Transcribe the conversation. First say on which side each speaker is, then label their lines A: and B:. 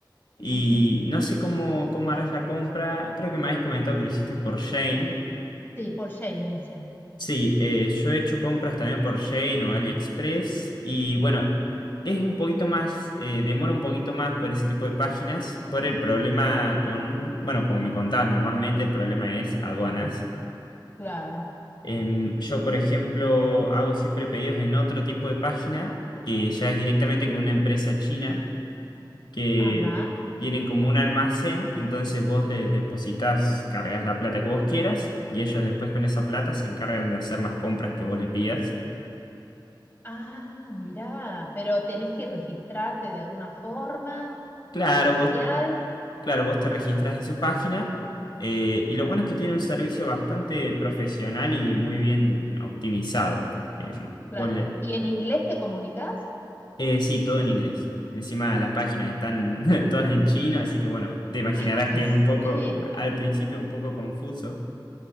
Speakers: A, on the left; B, on the left.
A: Y
B: Ujú.
A: no sé cómo, cómo harás la compra, creo que me habías comentado que lo hiciste por Shane,
B: Sí, por Shane dice,
A: Sí, eh, yo he hecho compras también por Shein o AliExpress y bueno, es un poquito más, eh, demora un poquito más por ese tipo de páginas, por el problema con, bueno, como me contabas, normalmente el problema es aduanas.
B: claro.
A: Em, yo, por ejemplo, hago siempre pedidos en otro tipo de página que ya es directamente con una empresa china que
B: Ajá.
A: tienen como un almacén, entonces vos les depositas, cargas la plata que vos quieras y ellos después con esa plata se encargan de hacer las compras que vos le pidas.
B: Ah, mirá, pero tenés que registrarte de alguna forma
A: Claro,
B: especial,
A: vos, claro, vos te registras en su página eh, y lo bueno es que tiene un servicio bastante profesional y muy bien optimizado. Eh, vos
B: claro.
A: le-
B: ¿Y en inglés te comunicas?
A: eh, sí, todo en inglés. Encima las páginas están <laughs> todas en chino, así que bueno, te imaginarás
B: <laughs>
A: que es un poco,
B: Sí,
A: al principio un poco confuso.